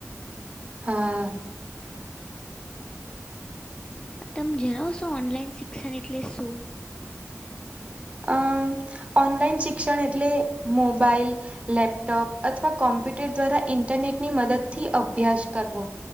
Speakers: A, on the right; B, on the left.
A: હા.
B: તમે જણાવશો ઓનલાઈન શિક્ષણ એટલે શું?
A: અ ઓનલાઈન શિક્ષણ એટલે મોબાઈલ. લેપટોપ અથવા કોમ્પ્યુટર દ્વારા ઇન્ટરનેટ ની મદદ થી અભ્યાસ કરવો.